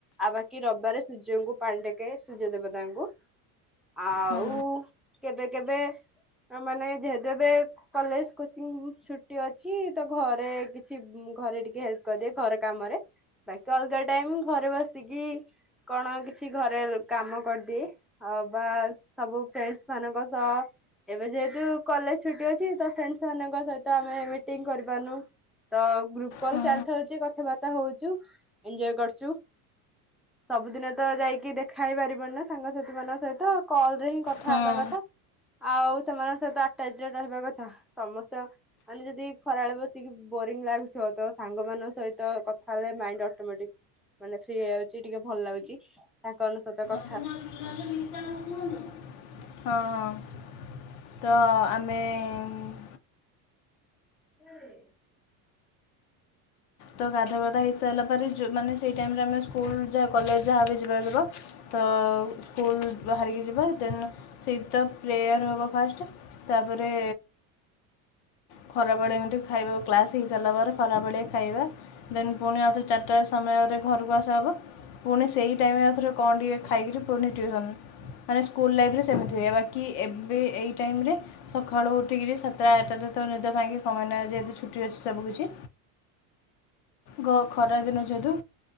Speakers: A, in the centre; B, on the left.
A: ଆଉ ବାକି ରବିବାରେ ସୂର୍ଯ୍ୟଙ୍କୁ ପାଣି ଟେକେ ସୂର୍ଯ୍ୟ ଦେବତାଙ୍କୁ। ଆଉ
B: ହଁ
A: କେବେ କେବେ ଆ ମାନେ ଯେହେତୁ ଏବେ କଲେଜ କୋଚିଂ ଛୁଟି ଅଛି ତ ଘରେ କିଛି ଉଁ ଘରେ ଟିକେ ହେଲ୍ପ କରିଦିଏ ଘର କାମରେ, ବାକି ଅଲଗା ଟାଇମ ଘରେ ବସିକି କଣ କିଛି ଘରେ କାମ କରିଦିଏ, ଅ ବା ସବୁ ଫ୍ରେଣ୍ଡସ ମାନଙ୍କ ସହ ଏବେ ଯେହେତୁ କଲେଜ ଛୁଟି ଅଛି ତ ଫ୍ରେଣ୍ଡସ ମାନଙ୍କ ସହିତ ଆମେ ମିଟିଂ କରିପାରୁନୁ ତ ଗ୍ରୁପ କଲ
B: ହଁ
A: ଚାଲିଥାଉଚି କଥାବାର୍ତ୍ତା ହଉଚୁ ଏଞ୍ଜୟ କରଚୁ। ସବୁଦିନ ତ ଯାଇକି ଦେଖା ହେଇ ପାରିବନି ନା ସାଙ୍ଗସାଥି ମାନଙ୍କ ସହିତ, କଲ୍ ରେ ହିଁ କଥା
B: ହଁ ହଁ
A: ହେବା କଥା। ଆଉ ସେମାନଙ୍କ ସହିତ ଆଟାଚରେ ରହିବା କଥା, ସମସ୍ତେ ଅ ମାନେ ଯଦି ଖରାବେଳେ ବସିକି ବୋରିଙ୍ଗ ଲାଗୁଥିବ ତ ସାଙ୍ଗମାନଙ୍କ ସହିତ କଥା ହେଲେ ମାଇଣ୍ଡ ଅଟୋମେଟିକ ମାନେ ଫ୍ରି ହେଇ ଯାଉଚି। ଟିକେ ଭଲ ଲାଗୁଚି ତାଙ୍କ ମାନ ସହିତ କ
B: <unintelligible> ହଁ। ତ ଆମେ ଉଁ
A: ନାଇଁରେ
B: ତ ଗାଧାବାଧା ହେଇସାଇଲା ପରେ ଯୋଉ ମାନେ ସେଇ ଟାଇମରେ ଆମେ ସ୍କୁଲ ଯାହା କଲେଜ ଯାହା ବି ଯିବା ଯିବ ତ ସ୍କୁଲ ବାହାରିକି ଯିବା ଦେନ୍ ସେଇ ତ ପ୍ରେୟର ହବ ଫାଷ୍ଟେ ତାପରେ ଖରା ବେଳେ ଏମିତି ଖାଇବାକୁ କ୍ଲାସ ହେଇ ସାରିଲା ପରେ ଖରା ବେଳେ ଖାଇବା ଦେନ ପୁଣି ଆଉଥରେ ଚାରିଟା ସମୟରେ ଘରୁକୁ ଆସିବାବୁ ପୁଣି ସେଇ ଟାଇମରେ ଆଉ ଥରେ କଣ ଟିକେ ଖାଇକିରି ପୁଣି ଟିଉସନ୍ ମାନେ ସ୍କୁଲ ଲାଇଫରେ ସେମିତି ହୁଏ ବାକ ଏବେ ଏଇ ଟାଇମରେ ସଖାଳୁ ଉଠିକିରି ସାତଟା ଆଟାଟା ତ ନିଦ ଭାଙ୍ଗେ କାଇଁ ନାଁ ଯେହେତୁ ଛୁଟି ଅଛି ସବୁ କିିଛି ଗ ଖରା ଦିନ ଯେହେତୁ